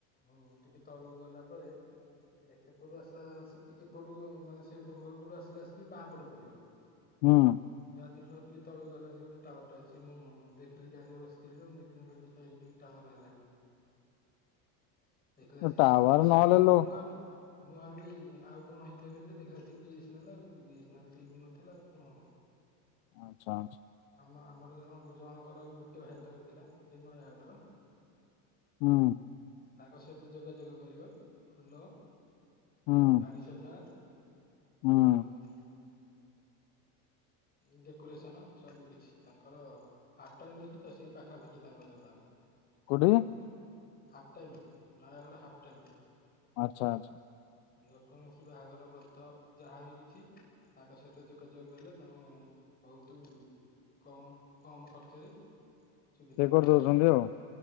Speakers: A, on the left; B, on the left.
A: ହୁଁ ଟିକେ ତଳକୁ ଗଲା ପରେ ମାନେ ସେପଟୁ ଆସିଲା ଆସିକି ଏପଟକୁ ମାନେ ସେ ଜଙ୍ଗଲ ଟୁ ଆସିଲେ ଆସିକି ବାଁ ଉପଟରେ ପଡିବ,
B: ହୁଁ
A: ଗାଧଠୁ ଟିକେ ତଳକୁ ଗଲା ସେ ଗୋଟେ ଟାୱାର ଟା ଅଛି ମୁଁ ଦେଖିଲି ଗା ବସିଥିଲି ମୁଁ ଦେଖିଲି ମୁଁ କହିଲି ସେ ହେଇଛି ଟାୱାର ହେଲାଣି
B: <inaudible>
A: <unintelligible> ଆମ
B: ଟାୱାର ନହେଲେ ଲୋ
A: ଆ ମୁଁ ଭାବିଲି ଆଉ କଣ ହେଇଥିବ ବଲି, ଦେଖିଲା ବିଏସ ନେଲେ ଆଉ ସେଇ ବି ନଥିଲା କଣ ହବ
B: ଆଚଛାଛ
A: ଆମ ଆମର ଜଣ ଜଣଙ୍କର ଗୋଟେ ଭାଇଙ୍କର ଥିଲା ସେଇ ନୟାଗଡର
B: ହୁଁ
A: ତାଙ୍କ ସହିତ ଯୋଗାଯୋଗ କରିବ ଫୁଲ
B: ହୁଁ
A: ଆଉ ଗାଡି ସଜା
B: ହୁଁ
A: ହଉ
B: <inaudible>
A: <unintelligible> ଡେକୋରେସନ ସବୁ କିଛି ତାଙ୍କର ହାଟହିଁ ଦେଖିଛ ସେଇ ପାଖାପାଖି ତାଙ୍କ ଦୋକାନ
B: କୋଠି
A: ହାଫଟାଇମ, ନୟାଗଡ ହାଫଟାଇମ
B: ଆଚ୍ଛା ଆଚ୍ଛା
A: ଯେକୌଣସି ବାହାଘର ବ୍ରତ ଯାହାଵି କିଛି ତାଙ୍କ ସହିତ ଯୋଗାଯୋଗ କଲେ ତମେ ବହୁତ କମ କମ ଖର୍ଚ୍ଚରେ ସୁବିଧା
B: ସେ
A: ପାଇପାରିବା,
B: କରିଦଉଛନ୍ତି ଆଉ।